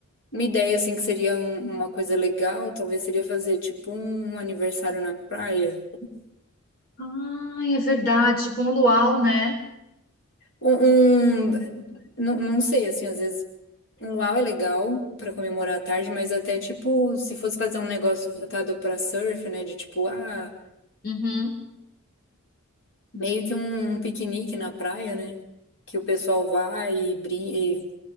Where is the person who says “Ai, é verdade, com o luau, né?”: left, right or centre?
Left